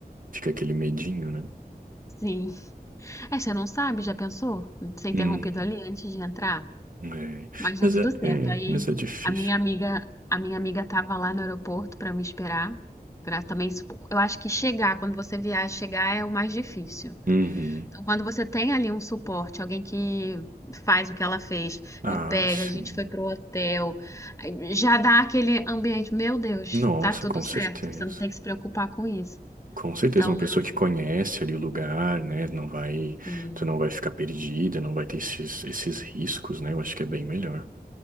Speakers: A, on the right (about 55°); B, on the left (about 20°).
A: Fica aquele medinho, né?
B: Sim. É, você não sabe, já pensou? Ser interrompido
A: Uhum.
B: ali antes de entrar?
A: É.
B: Mas
A: Mas
B: deu tudo
A: é,
B: certo.
A: é,
B: Aí
A: mas é difícil,
B: a minha amiga,
A: né?
B: a minha amiga tava lá no aeroporto para me esperar. Pra também, supo- eu acho que chegar, quando você viaja, chegar é o mais difícil.
A: Uhum.
B: Então, quando você tem ali um suporte, alguém que faz o que ela fez,
A: Ah,
B: me pega,
A: sim.
B: a gente foi pro hotel, aí já dá aquele ambiente, meu Deus,
A: Nossa,
B: tá tudo
A: com
B: certo,
A: certeza.
B: você não tem que se preocupar com isso.
A: Com certeza,
B: Então,
A: uma pessoa
B: eu
A: que conhece ali o lugar, né? Não vai,
B: Sim,
A: tu não vai ficar perdida, não vai ter esses, esses riscos, né? Eu acho que é bem melhor.